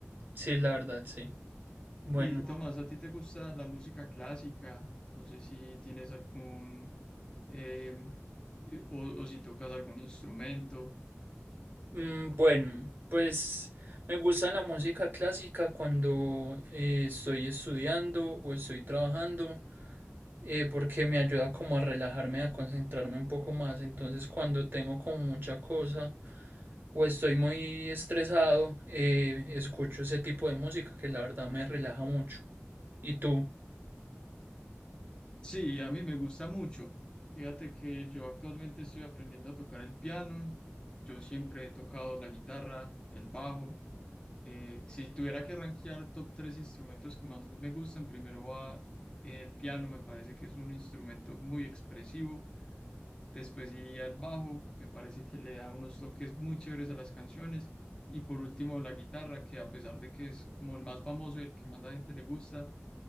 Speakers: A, on the right; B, on the left.
A: sí, la verdad, sí. Bueno,
B: Y Tomás, ¿a ti te gusta la música clásica? No sé si tienes algún, em, eh, o o si tocas algún instrumento.
A: mm, bueno, pues me gusta la música clásica cuando eh, estoy estudiando o estoy trabajando, eh, porque me ayuda como a relajarme, a concentrarme un poco más. Entonces, cuando tengo como mucha cosa o estoy muy estresado, eh, escucho ese tipo de música que la verdad me relaja mucho. ¿Y tú?
B: Sí, a mí me gusta mucho. Fíjate que yo actualmente estoy aprendiendo a tocar el piano. Yo siempre he tocado la guitarra, el bajo. Eh, si tuviera que rankear top tres instrumentos que más me gustan, primero va el piano, me parece que es un instrumento muy expresivo. Después iría el bajo, me parece que le da unos toques muy chéveres a las canciones. Y por último, la guitarra, que a pesar de que es como el más famoso y el que más la gente le gusta,